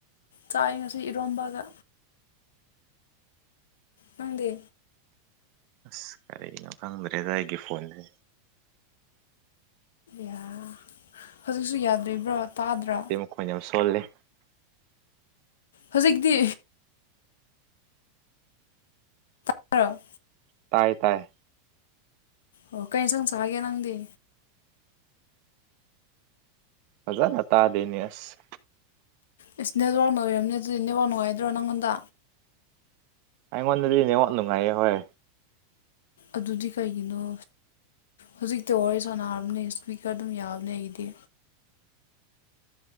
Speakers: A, on the left; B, on the right.
A: ꯆꯥꯏ ꯉꯁꯤ ꯏꯔꯣꯝꯕꯒ ꯅꯪꯗꯦ
B: ꯑꯁ ꯀꯔꯤꯅꯣ ꯈꯪꯗ꯭ꯔꯦꯖ ꯑꯩꯒꯤ ꯐꯣꯟꯁꯦ
A: ꯌꯥ ꯍꯧꯖꯤꯛꯁꯨ ꯌꯥꯗ꯭ꯔꯤꯕ꯭ꯔꯣ ꯇꯥꯗ꯭ꯔꯣ
B: ꯑꯩꯈꯣꯏꯅ ꯌꯥꯝ ꯁꯣꯜꯂꯦ
A: ꯍꯧꯖꯤꯛꯇꯤ ꯃꯔꯔꯣ
B: ꯇꯥꯏ ꯇꯥꯏ
A: ꯑꯣ ꯀꯩꯅ ꯁꯪ ꯆꯥꯒꯦ ꯅꯪꯗꯤ
B: ꯍꯖꯥꯅ ꯇꯥꯗꯅꯤꯁ
A: ꯑꯦꯁ ꯅꯦ ꯋꯥꯎ ꯅꯣꯏ ꯑꯣꯏꯔꯔꯕꯅꯦ ꯑꯗꯨꯗꯤ ꯏ ꯅꯦꯋꯥꯎ ꯅꯨꯡꯉꯥꯏꯗ꯭ꯔꯣ ꯅꯪꯉꯣꯟꯗ
B: ꯑꯩꯉꯣꯟꯗꯗꯤ ꯅꯉꯣꯟꯠ ꯅꯨꯡꯉꯥꯏꯑꯌꯦ ꯍꯣꯏ
A: ꯑꯗꯨꯗꯤ ꯀꯩꯒꯤꯅꯣ ꯍꯧꯖꯤꯛꯇꯤ ꯋꯥꯔꯤ ꯁꯥꯟꯅꯔꯕꯅꯦ ꯏꯁꯄꯤꯀꯔ ꯑꯗꯨꯝ ꯌꯥꯕꯅꯦ ꯑꯩꯗꯤ